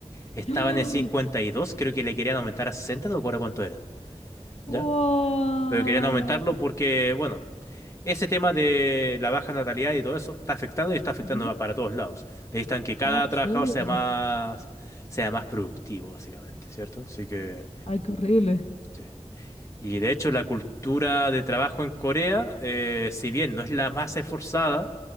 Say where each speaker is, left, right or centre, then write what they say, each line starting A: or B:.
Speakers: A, on the left; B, on the left.
A: <gasps>
B: Estaban
A: ¡Oh!
B: en 52, creo que le querían aumentar a 60, no recuerdo cuánto eran,
A: ¡Wow!
B: ¿ya? Pero querían aumentarlo porque, bueno, ese tema de la baja natalidad y todo eso está afectando y está afectando
A: Ujú.
B: a- para todos lados. Necesitan que cada
A: ¡Ah,
B: trabajador
A: chuta!
B: sea más, sea más productivo, básicamente, ¿cierto? Así que...
A: ¡Ay, qué horrible!
B: Sí. Y de hecho la cultura de trabajo en Corea, eh, si bien no es la más esforzada,